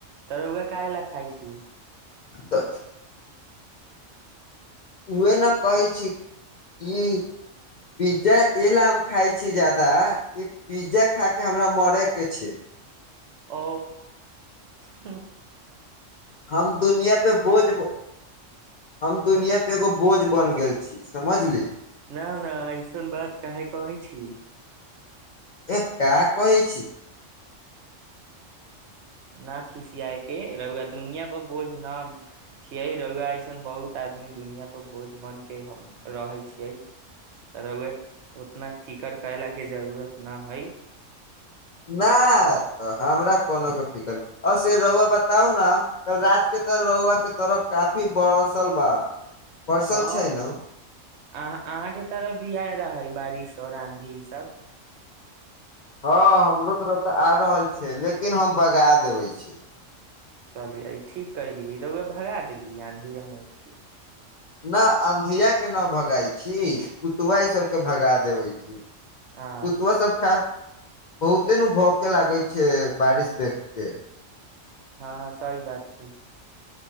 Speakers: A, on the right; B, on the left.
A: तऽ रौआ काहे लऽ खाय छी
B: तऽ उह न कहै छी कि पिज्जा ए ल हम खाइ छी जादा कि पिज्जा खा के हमरा मरे के छै
A: ओ हु
B: हम दुनिया पे बोझ हम दुनिया पे एगो बोझ बन गेल छी समझली
A: ना ना ऐसन बात काहे कहै छी
B: ए का कहे छी
A: न खिसियाए के रौआ दुनिया पर बोझ न छियै रौआ ऐसन बहुत आदमी दुनिया पर बोझ बन के रहै छियै रौआ उतना फिकर कयला के जरूरत न हइ
B: ना त हमरा कोनो कऽ फिकर नइ से रौआ बताउ न कल रात के तऽ रौआ के तरफ काफी बरसल बा पर्सल
A: हँ
B: छै नू
A: अहाँ अहाँके तरफ भी आय रहै बारिश आओर आँधी ई सब
B: हँ हमरो तरफ तऽ आ रहल छै लेकिन हम बगा देबै छी
A: चलिय ई ठीक कलियै रौेआ भगा देली आँधी अ मे केँ
B: न अंधिया के न भगई छी कुतवा ई सबके भगा देबै छी कुत्तबा
A: अच्छा
B: सब खा बहुते ने भौके लागै छै बारिश देखके
A: हँ सहि बात छै